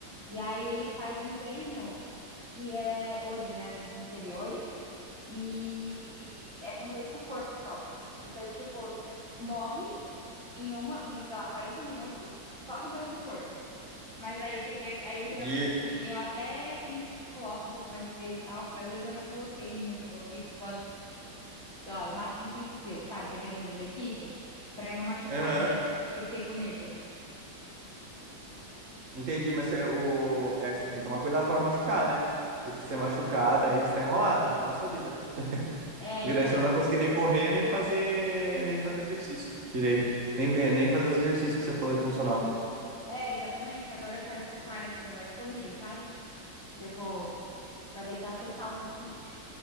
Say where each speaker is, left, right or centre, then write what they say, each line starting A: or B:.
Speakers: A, on the right (about 15°); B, on the right (about 45°).
A: E aí ele faz um treino que é, hoje, né, era de inferiores, e é com peso do corpo só. Então, tipo, você morre em uma, em, sei lá, 40 minutos só com peso do corpo. Mas aí eu peguei, aí eu
B: Entendi.
A: geralmente assim, eu até in- coloco um pouco mais de peso e tal, mas hoje eu não coloquei muito, eu coloquei tipo só, tipo, sei lá, no máximo 5 quilos, sabe? Dependendo do exercício, pra não machucar,
B: Aham.
A: né? Que eu fiquei com medo.
B: Entendi, mas você, o, é, você tem que tomar cuidado pra não machucar, né? Porque se você machucar, daí você tá enrolada. Nossa vida.
A: É,
B: Porque
A: então.
B: daí você não vai conseguir nem correr, nem fazer, nem fazer exercício direito. Nem, é, nem fazer os exercícios que você falou de funcional.
A: É, exatamente. Agora eu quero focar nesse negócio de corrida, sabe? Tipo, pra tentar secar um pouquinho,